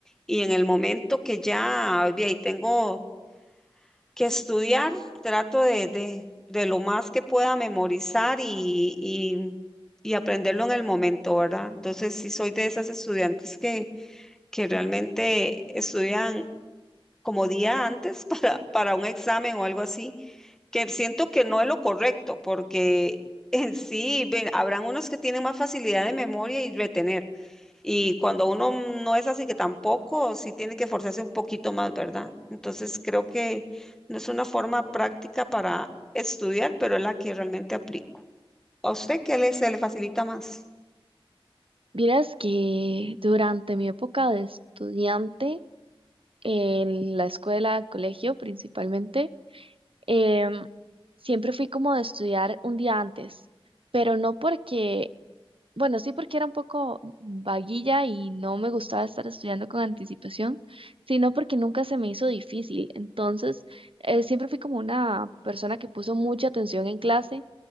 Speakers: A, in the centre; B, on the right.
A: y en el momento que ya, ve, ahí tengo que estudiar, trato de, de, de lo más que pueda memorizar y, y, y aprenderlo en el momento, ¿verdad? Entonces, sí soy de esas estudiantes que, que realmente estudian como día antes <laughs> para, para un examen o algo así, que siento que no es lo correcto, porque <laughs> en sí, ven, habrán unos que tienen más facilidad de memoria y retener y cuando uno no es así que tampoco, sí tiene que forzarse un poquito más, ¿verdad? Entonces creo que no es una forma práctica para estudiar, pero es la que realmente aplico. ¿A usted qué le, se le facilita más?
B: Vieras que durante mi época de estudiante, en la escuela, colegio principalmente, em, siempre fui como de estudiar un día antes, pero no porque Bueno, sí, porque era un poco vaguilla y no me gustaba estar estudiando con anticipación, sino porque nunca se me hizo difícil. Entonces, eh, siempre fui como una persona que puso mucha atención en clase